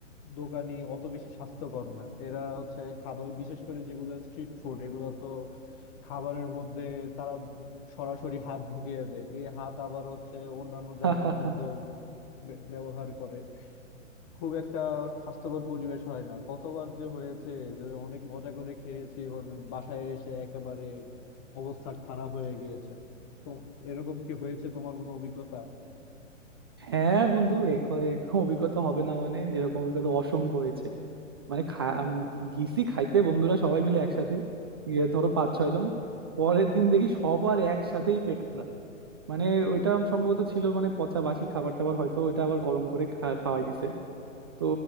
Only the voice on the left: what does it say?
দোকানি অত বেশি স্বাস্থ্যকর না এরা হচ্ছে খাবার বিশেষ করে যেগুলো স্ট্রিট ফুড এগুলো তো খাবারের মধ্যে তারা সরাসরি হাত ঢুকিয়ে দেয় এই হাত আবার হচ্ছে অন্যান্য জায়গার
মধ্যে ব্যবহার করে খুব একটা স্বাস্থ্যকর পরিবেশ হয় না কতবার যে হয়েছে যে অনেক মজা করে খেয়েছি এবং বাসায় এসে একেবারে অবস্থা খারাপ হয়ে গিয়েছে তো এরকম কি হয়েছে তোমার কোনো অভিজ্ঞতা